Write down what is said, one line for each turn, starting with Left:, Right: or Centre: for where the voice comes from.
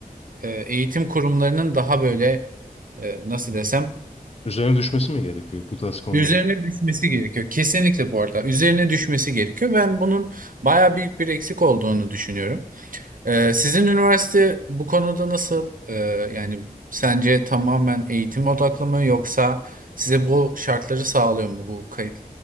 Right: e, eğitim kurumlarının daha böyle e, nasıl desem
Left: Üzerine düşmesi mi gerekiyor bu tarz konular?
Right: Üzerine düşmesi gerekiyor. Kesinlikle bu arada. Üzerine düşmesi gerekiyor. Ben bunun baya büyük bir eksik olduğunu düşünüyorum. Ee, sizin üniversite bu konuda nasıl? Ee, yani sence tamamen eğitim odaklı mı yoksa size bu şartları sağlıyor mu bu kayıt